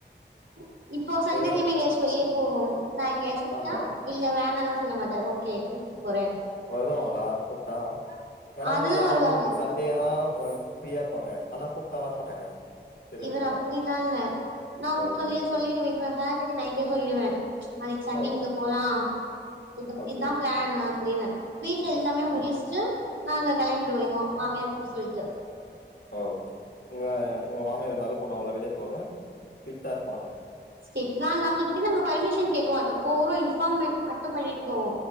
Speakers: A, on the right; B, on the left.
A: உ இப்போ சண்டே
B: ஏதோ சொல்
A: டைம் எங்கயாச்சு வெளிய போவோம் நா எங்கயாச்சு கூப்டா
B: ஆமா
A: இல்ல வேணா தா சொல்ல மாட்டங்க ஓகே கூட்டிட்டு போறேன்
B: வருவாங்களா கூப்டா ஏன்னா
A: அதெல்லா
B: வந்து யாருமே
A: வருவாங்க
B: வந்து சண்டே தா ஒன்ஸ் ஃப்ரீயா இருப்பாங்க ஆனா கூப்டா வரமாட்டாங்க சில
A: இவர்
B: பேர்லாம்
A: அப்பிடிலாம் இல்ல நா
B: ஓகே
A: சொல்லியே
B: ஓகே
A: சொல்லிடுவேன் இப்ப சாட் இன்னைக்கி நயிட்டே சொல்லிடுவேன் ச் நாளைக்கு சண்டி
B: ஓ
A: இங்க போலாம் இ
B: ஓகே
A: இதான் பிளான் அப்டின்னு வீட்டுல எல்லாமே முடிச்சுட்டு
B: ம்
A: நாங்க களம்பிடுவோ எங்க மாமியார் எங்க சொல்ட்டு
B: ஆ ஓகே உங்க உங்க மாமியா இருந்தாலு போனவங்கள வெளியே போக ஸ்ட்ரீட இருப்பாங்களா
A: ஸ்ட்ல இல்ல அவங்கிட்ட நாங்க பர்மிஷன் கேட்க மாட்டோ போறோ இன்ஃபார்ம மட்டும் பண்ணிட்டு போவோ